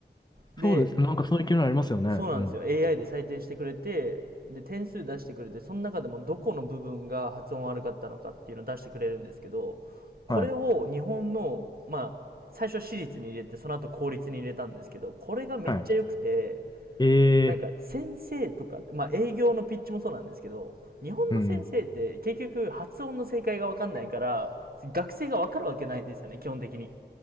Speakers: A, on the right; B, on the left.
A: で、
B: そうです。なんかそういう機能ありますよね。
A: そうなんですよ。
B: うん。
A: AI で採点してくれて、で、点数出してくれて、その中でもどこの部分が発音悪かったのかっていうのを出してくれるんですけど、
B: はい。
A: これを日本の、まあ、最初は私立に入れて、その後公立に入れたんですけど、これがめっちゃ良くて、
B: はい。え
A: なんか先生とか、
B: え、
A: まあ営業のピッチもそうなんですけど、日本の先生って結局発音の正解がわかんないから、
B: うん。
A: 学生がわかるわけないんですよね、基本的に。っ